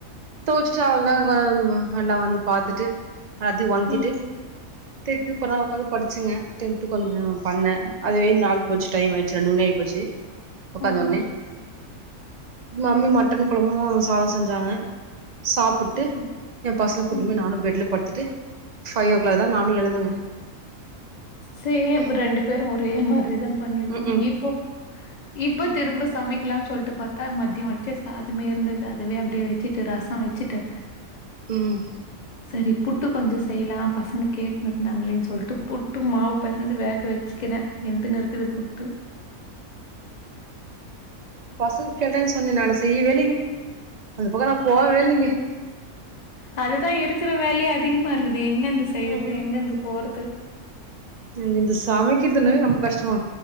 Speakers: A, on the right; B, on the left.
A: தோச்சுட்டு அவ்ளதாங்க எல்லா வந்து பாத்துட்டு ஆதி ஒன்திட்டு
B: ம்
A: திருப்பி கொஞ்நேரொ உட்காந்து படிச்சேங்க டென்த்து கொஞ்சம் பண்ண அதுவே நாள் போச்சு டைம் ஆயிடுச்சு ரண்டு மணி ஆயி போச்சி ஒக்காந்த
B: ஆ
A: ஒட்னே மம்மி மட்டன் கொழம்பூ சாதொ செஞ்சாங்க சாப்புட்டு
B: ம்
A: என் பசங்க கூட்டுன்
B: ம்
A: போய் நானு பெட்ல படுத்துட்டு ஃபைய் யோ கிளாக் தா நானு எழுந்தங்க
B: சேம் ரெண்டு பேரு ஒரே மாதிரிதா பண்ணிருக்கிறோ
A: ம் ம்
B: இப்போ இப்போ திரும்ப சமைக்கலான் சொல்ட்டு பாத்தா மதியொ வச்ச சாதமே இருந்தது அதவே அப்டே வச்சிட்டு ரசொ வச்சிட்டு
A: ம்
B: சரி புட்டு கொஞ்ச செய்லா பசங்க கேட்டுனு இருந்தாங்களேன் சொல்ட்டு புட்டு மாவு பெசஞ்சு வேக வச்சுக்கிறே வெந்துனு இருக்குது புட்டு
A: பசங் கேட்டாங்கன்னு சொன்னே நானு செய்யவே இல்லங்க அந்த பக்கம் நா போகவே இல்லைங்க
B: அதுதா இருக்கிற வேலையே அதிகமா இருக்குதே எங்கயிருந்து செய்றது
A: ம் ம்
B: எங்கயிருந்து போறது
A: எனக்கு இந்த சமைக்கிறதுனாவே ரொம்ப கஷ்டமா